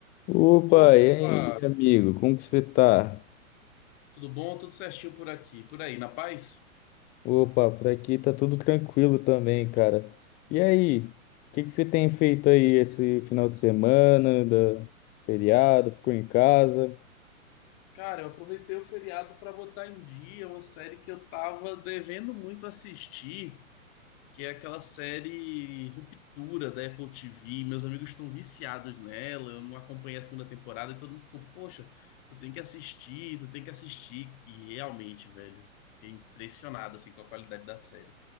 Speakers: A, on the left; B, on the left.
A: Opa,
B: Opa,
A: e aí, amigo? Como que você tá?
B: tudo bom? Tudo certinho por aqui, por aí, na paz?
A: Opa, por aqui tá tudo tranquilo também, cara. E aí, o que que você tem feito aí esse final de semana, da feriado? Ficou em casa?
B: Cara, eu aproveitei o feriado para botar em dia uma série que eu tava devendo muito assistir, que é aquela série Ruptura da Apple TV. Meus amigos estão viciados nela, eu não acompanhei a segunda temporada e todo mundo ficou, poxa, tu tem que assistir, tu tem que assistir. E realmente, velho, fiquei impressionado assim com a qualidade da série.